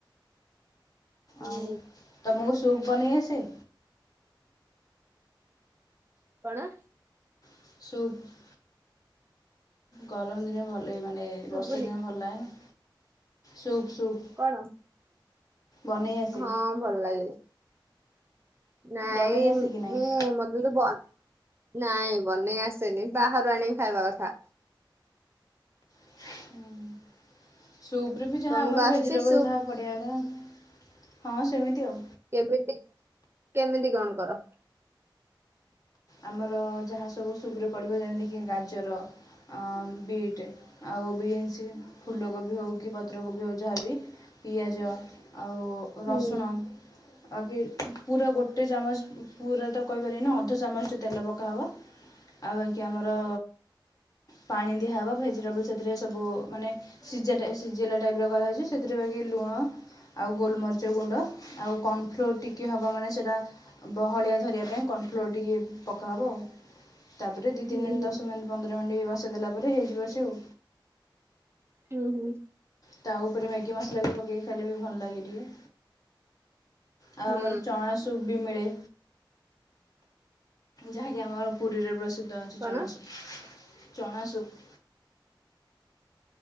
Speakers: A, on the right; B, on the left.
A: ହୁଁ
B: ଆଉ ତମକୁ ସୁପ୍ ବନେଇ ଆସେ।
A: କଣ?
B: ସୁପ୍। ଗରମ ଦିନ ଭଲ ମାନେ
A: ଶୁଭୁନି
B: ବର୍ଷା ଦିନ ଭଲ ଲାଗେନା ସୁପ୍ ସୁପ୍।
A: କଣ?
B: ବନେଇ ଆସେ
A: ହଁ ଭଲ ଲାଗେ। ନାଇଁ
B: ବନେଇ ଆସେ
A: ମୁଁ
B: କି ନାହିଁ
A: ମତେ ତ ନାଇଁ ବନେଇ ଆସେନି ବାହାରୁ ଆଣିକି ଖାଇବା କଥା।
B: ହୁଁ। ସୁପରେ ବି ଯାହା
A: ତମକୁ
B: ଆମର ଭେଜିଟେବଲ
A: ଆସୁଛି ସୁପ୍
B: ଯାହା ପଡିବା କଥା ହଁ ସେମିତି ଆଉ।
A: କେମିତି କେମିତି କଣ କର?
B: ଆମର ଯାହା ସବୁ ସୁପ୍ ରେ ପଡିବ ଯେମିତି କି ଗାଜର ଆ ବିଟ୍ ଆଉ ବିନ୍ସ ଫୁଲକୋବି ହୋଉ କି ପତ୍ର କୋବି ହୋଉ ଯାହାବି ପିଆଜ ଆଉ
A: ହୁଁ
B: ରସୁଣ ଆଗେ ପୁରା ଗୋଟେ ଚାମଚ ପୁରା ତ କହିପାରିବାନି ଅଧ ଚାମ ଚ ତେଲ ପକା ହବ ଆଉ ବାକି ଆମର ପାଣି ଦିଆ ହେବ ଭେଜିଟେବଲ ସେଥିରେ ସବୁ ମାନେ ସିଜା ଟାଇ ସିଜେଇଲା ଟାଇପ କରା ହେଇଚି ସେଥିରେ ବାକି ଲୁଣ ଆଉ ଗୋଲମରିଚ ଗୁଣ୍ଡ ଆଉ କର୍ଣ୍ଣଫ୍ଲୋର ଟିକିଏ ହବ ମାନେ ସେଟା ଆ ବହଳିଆ ଧରିବା ପାଇଁ କନଫ୍ଲୋର ଟିକେ ପକା ହବ ଆଉ ତାପରେ ଦିଇ
A: ହୁଁ
B: ତିନି ଦଶ ମିନିଟ୍ ପନ୍ଦର ମିନିଟ୍ ବସେଇ ଦେଲା ପରେ ଇଏ ହେଇଯିବ ସେ ଆଉ।
A: ହୁଁ ହୁଁ।
B: ତା ଉପରେ ମ୍ୟାଗି ମସଲା ଟିକେ ପକେଇକି ଖାଇଲେ ବି ଭଲ ଲାଗେ ଟିକେ। ଆଉ
A: ହୁଁ
B: ଆମର ଚଣା ସୁପ୍ ବି ମିଳେ। ଯାହାକି ଆମର ପୁରିରେ ପ୍ରସିଦ୍ଧ ଅଛି
A: କଣ?
B: ଚଣାସୁପ୍ ଚଣାସୁପ୍।